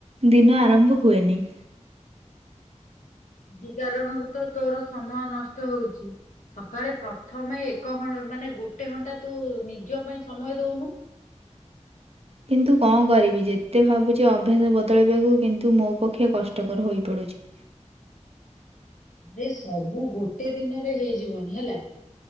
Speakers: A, on the right; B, on the left.
A: ଦିନ ଆରମ୍ଭ ହୁଏନି।
B: ସେ କାରଣରୁ ତ ତୋର ସମୟ ନଷ୍ଟ ହଉଚି। ସକାଳେ ପ୍ରଥମେ ଏକ ଘ ମାନେ ଗୋଟେ ଘଣ୍ଟା ତୁ ନିଜ ପାଇଁ ସମୟ ଦଉନୁ।
A: କିନ୍ତୁ କଁ କରିବି ଯେତେ ଭାବୁଛି ଅଭ୍ୟାସ ବଦଳାଇବାକୁ କିନ୍ତୁ ମୋ ପକ୍ଷେ କଷ୍ ଷ୍ଟକର ହୋଇ ପଡୁଚି।
B: ରେ ସବୁ ଗୋଟେ ଦିନରେ ହେଇଯିବନି ହେଲା।